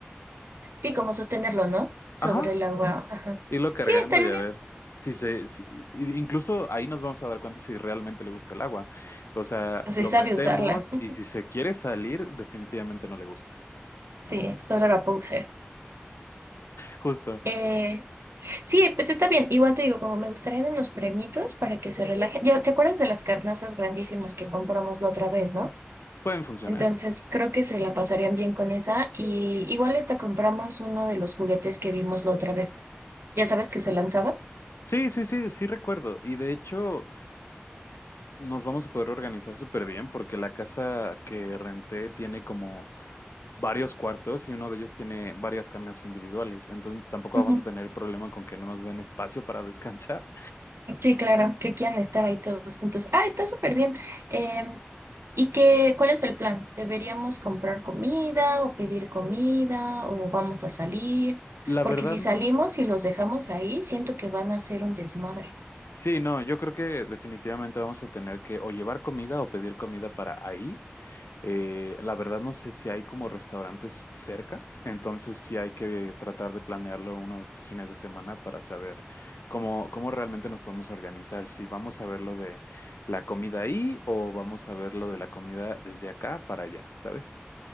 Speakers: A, on the right (about 80°); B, on the left (about 90°).
A: Sí, como sostenerlo, ¿no? Sobre
B: Ajá,
A: el agua. Ajá.
B: irlo cargando
A: Sí, estaría
B: y a
A: bien.
B: ver. Si se, si- i- incluso ahí nos vamos a dar cuenta si realmente le gusta el agua. O sea,
A: No soy
B: lo
A: sabio
B: metemos
A: usarla. <laughs>
B: y si se quiere salir, definitivamente no le gusta.
A: Sí, solo la puedo usar.
B: Justo,
A: Eh, sí, pues está bien. Igual te digo, como me gustarían unos premitos para que se relajen. Ya, ¿te acuerdas de las carnazas grandísimas que compramos la otra vez, no?
B: pueden funcionar.
A: Entonces, creo que se la pasarían bien con esa. Y igual hasta compramos uno de los juguetes que vimos la otra vez. ya sabes que se lanzaban.
B: Sí, sí, sí, sí recuerdo. Y de hecho, nos vamos a poder organizar súper bien porque la casa que renté tiene como varios cuartos y uno de ellos tiene varias camas individuales. Entonces tampoco
A: Ujú.
B: vamos a tener problema con que no nos den espacio para <laughs> descansar.
A: Sí, claro, que quieran estar ahí todos juntos. Ah, está súper bien. Em, ¿y qué, cuál es el plan? ¿Deberíamos comprar comida o pedir comida o vamos a salir?
B: La
A: Porque
B: verdad,
A: si
B: no
A: salimos
B: los...
A: y los dejamos ahí, siento que van a hacer un desmadre.
B: Sí, no, yo creo que definitivamente vamos a tener que o llevar comida o pedir comida para ahí. Eh, la verdad no sé si hay como restaurantes cerca, entonces sí hay que tratar de planearlo uno de estos fines de semana para saber cómo, cómo realmente nos podemos organizar, si vamos a ver lo de la comida ahí o vamos a ver lo de la comida desde acá para allá, ¿sabes?